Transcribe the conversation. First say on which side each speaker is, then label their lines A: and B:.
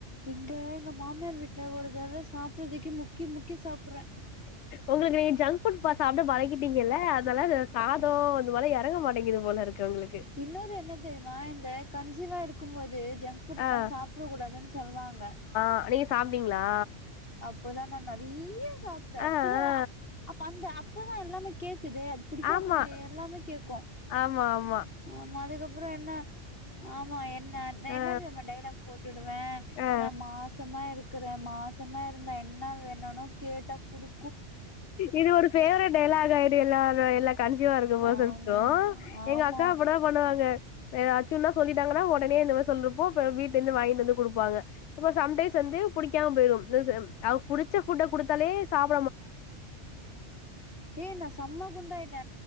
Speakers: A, on the left (about 50°); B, on the left (about 75°).
A: இங்க எங்க மாமியார் வீட்ல ஒரு தடவ சாப்புறதுக்கே முக்கி முக்கி சாப்புடுற
B: உங்களுக்கு நீங் ஜங்க் ஃபுட் சாப்டே பழகிட்டீங்கல்ல அனால <unintelligible> சாதோ அந்த மாரிலா எறங்க மாட்டேங்குது போல இருக்கு உங்களு
A: இன்னொரென்ன தெரியுமா இந்த கன்சீவா இருக்கும்போது ஜங்க் ஃபுட்டெலா
B: ஆ
A: சா ப்புட கூடாதுன் சொல்வாங்க
B: அ நீங்க சாப்டீங்களா
A: அப்பதா நா நறைய சாப்ட்ட
B: ஆ
A: அப்பதா
B: ஆ
A: அப்ப அந்த அப்பதா எல்லாமே கேக்குதே புடிக்காது
B: ஆமா
A: எல்லாமே கேக்கு
B: ஆமா ஆம்
A: ஆமா அதுக்கப்பறே என்ன ஆமா என்ன என்னன்
B: ஆ
A: தெரியுமா டைலாக் போட்டுடுவே
B: ஆ
A: நா மாசமா இருக் குற மாசமா இருந்தா என்ன வேணுனு கேட்டா குடு
B: இது ஒரு ஃபேவரட் டைலாகாயிடு எல்லா எல்லா கன்சியூவா இருக்க பேர்சன்ஸ்க்கு
A: ஆமா ஆமா
B: எங்க அக்கா அபுட் தா பண்ணுவாங்க எதாச்சுனா சொல்லிட்டாங்கன்னா ஒடனே இந்த மாரி சொல்றப்போ அப்றோ வீட்லிருந்து வாங்கிட்டு வந்து குடுப்பாங்க அப்போ சம்டைம்ஸ் வந்து புடிக்காம போயிடும் இது புடிச்ச ஃபுட்ட குடுத்தாலே சாப்
A: ஏ நா சம்ம குண்டாயிட்ட